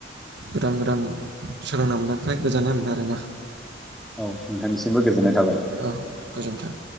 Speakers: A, on the right; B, in the centre.
A: गोदान गोदान सोलोंना मोननायनिफ्राय गोजोननाय मोनबाय आरोना।
B: औ नोंथांनिसिमबो गोजोननाय थाबाय।
A: औ गोजोन्थों